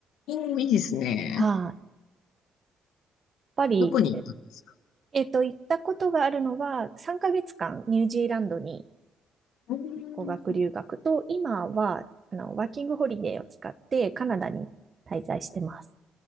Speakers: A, on the left; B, on the right.
A: おー、いいですね。
B: はい、やっぱり、
A: どこに行ったんですか
B: えっと、行ったことがあるのは、3ヶ月間ニュージーランドに
A: うーん。
B: 語学留学と、今は、あの、ワーキングホリデーを使ってカナダに滞在してます。